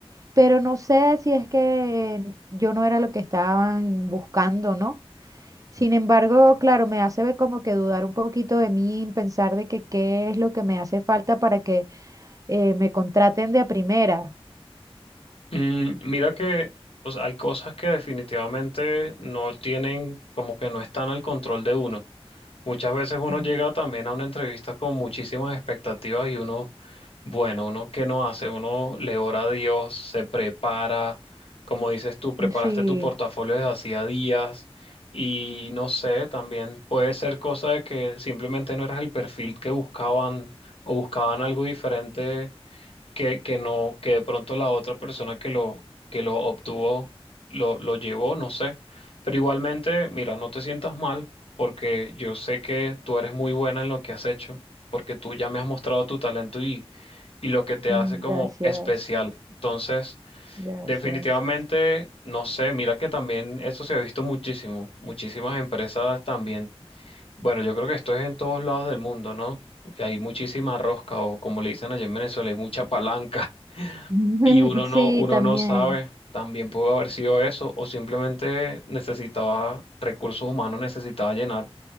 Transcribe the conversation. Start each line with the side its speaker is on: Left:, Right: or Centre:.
Right: pero no sé si es que yo no era lo que estaban buscando, ¿no? Sin embargo, claro, me hace ver como que dudar un poquito de mí, pensar de que qué es lo que me hace falta para que eh, me contraten de a primera.
Left: Mm, mira que o sea, hay cosas que definitivamente no tienen, como que no están al control de uno. Muchas veces uno
Right: Mm,
Left: llega también a una entrevista con muchísimas expectativas y uno, bueno, uno qué no hace, uno le ora a Dios, se prepara, como dices tú, preparaste
Right: Sí,
Left: tu portafolio desde hacía días y no sé, también puede ser cosa de que simplemente no eras el perfil que buscaban o buscaban algo diferente que, que no, que de pronto la otra persona que lo, que lo obtuvo lo, lo llevó, no sé. Pero igualmente, mira, no te sientas mal porque yo sé que tú eres muy buena en lo que has hecho, porque tú ya me has mostrado tu talento y, y lo que te
Right: mm,
Left: hace como
Right: gracias,
Left: especial. Entonces,
Right: gracias.
Left: definitivamente, no sé, mira que también eso se ha visto muchísimo. Muchísimas empresas también bueno, yo creo que esto es en todos lados del mundo, ¿no? Que hay muchísima rosca, o como le dicen allá en Venezuela, hay mucha palanca, <laughs>
Right: <laughs>
Left: y uno no,
Right: Sí,
Left: uno
Right: también.
Left: no sabe, también pudo haber sido eso, o simplemente necesitaba recursos humanos, necesitaba llenar